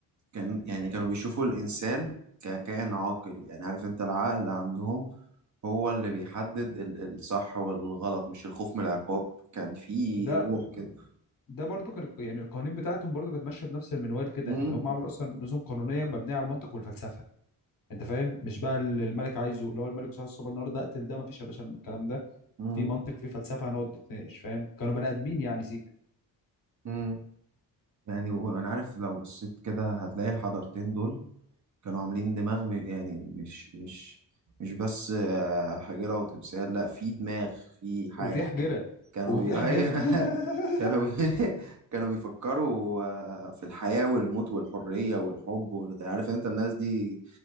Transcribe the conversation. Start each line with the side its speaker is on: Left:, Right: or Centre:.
Right: كان يعني كانوا بيشوفوا الانسان ككائن عاقل يعني عارف انت العقل اللي عندهم هو اللي بيحدد ال- الصح والغلط مش الخوف من العقاب كان في
Left: وده
Right: روح كده
Left: ده برضو كان يعني القوانين بتاعتهم برضو كانت ماشيه بنفس المنوال كده
Right: مم.
Left: اللي هم عملوا اصلا نظم قانونيه مبنيه على المنطق والفلسفه انت فاهم مش بقى اللي الملك عايزه اللي هو الملك صحيح الصبح النهارده اقتل ده ما فيش يا باشا الكلام ده
Right: مم.
Left: في منطق في فلسفه هنقعد نتناقش فاهم كانوا بني ادمين يعني سيك
Right: مم. يعني وانا عارف لو بصيت كده هتلاقي الحضارتين دول كانوا عاملين دماغ م- يعني مش مش مش بس آه، حجرة وتمثال لا في دماغ في حاجة
Left: وفي حجره
Right: كانوا
Left: وفي
Right: بي
Left: حجر
Right: <laughs> أيوة.
Left: <laughs>
Right: كانوا بي... <laughs> كانوا بيفكروا آه، في الحياة والموت والحرية والحب وانت عارف انت الناس دي